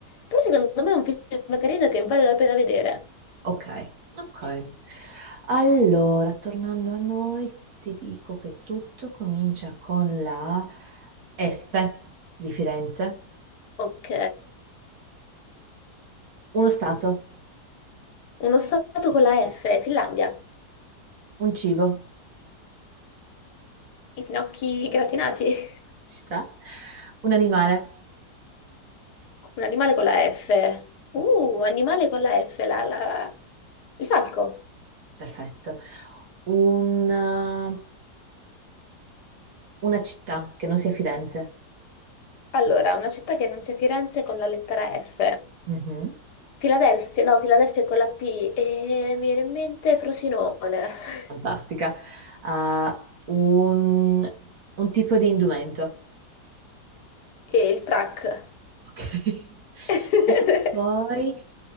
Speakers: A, on the left; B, on the right.
A: Però secondo me è un film carino che vale la pena vedere.
B: Ok, ok. Allora, tornando a noi, ti dico che tutto comincia con la F di Firenze,
A: Ok.
B: uno stato,
A: Uno stato con la F, Finlandia.
B: un cibo,
A: I finocchi gratinati. <laughs>
B: ci sta, un animale,
A: Un animale con la F. Uh, animale con la F, la, la- il falco.
B: perfetto, una, una città che non sia Firenze,
A: Allora, una città che non sia Firenze con la lettera F.
B: Mhm,
A: Filadelfia, no, Filadelfia è con la P. E mi viene in mente Frosinone. <laughs>
B: fantastica, Ah, un, un tipo di indumento.
A: E il frac.
B: ok. E
A: <laughs>
B: poi